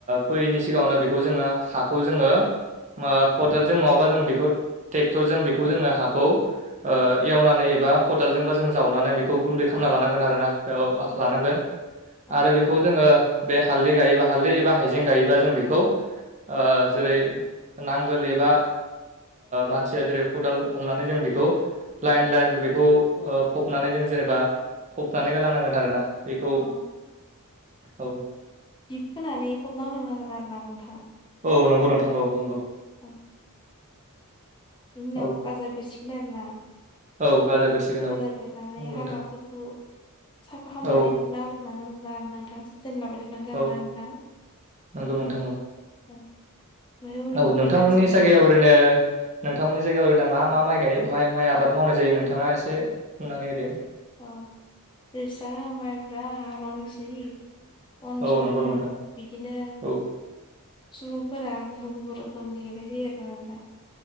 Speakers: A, on the right (about 35°); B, on the left (about 20°).
A: फैयैनि सिगाङावनो बेखौ जोङो हाखौ जोङो मा खदालजों
B: औ
A: नङाबा जों बेखौ ट्रेक्टरजों बेखौ जोङो हाखौ एवनानै एबा खदालजोंबा जों जावनानै बेखौ गुन्दै खालामना लानांगोन आर ना बेयाव
B: औ
A: लानांगोन
B: औ
A: आरो बे बेखौ जोङो बे हालदै गायोबा हालदै एबा हाइजें गायोबा जों बेखौ ओ जेरै नांगोल एबा मानसिया जेरै खदाल हमनानै जों बेखौ लाइन
B: औ
A: लाइनबो बेखौ ओ फबनानै जों जेनेबा फबनानै ग लानांगोन आरोना बेखौ
B: औ
A: औ
B: दिब होनोनानै फबना लोंनांगोन आरो ना नोंथां
A: औ नंगौ नोंथां औ नंगौ
B: औ बेनिनाव
A: औ
B: गाजा बेरसिगोन आरोना
A: औ गाजा बेरसिगोन
B: जाजा
A: औ
B: देरनानै
A: नंगौ
B: हाग्राफोरखौ
A: नोंथां
B: साफा खालामामनानै
A: औ
B: फुना थांगोना नोंथां जोथोन लाबाय थानांगोन आरो
A: औ
B: ना नोंथां
A: नंगौ नोंथां औ
B: औ बाहाय उनाव
A: औ नोंथांमोननि
B: बि लासिनो
A: जायगायाव ओरैनो नोंथांमोननि जायगायाव ओरैनो मा मा माइ गायो मा-माइ आबाद मावनाय जायो नोंथाङा एसे बुंनानै ओरै
B: औ जोसा माइब्रा रनजित अन्जना
A: औ नंगौ नोंथां
B: बिदिनो
A: औ
B: सुबुंफोरा गुबुन गुबुन रोखोमनि गेले होयो आरोना आं दा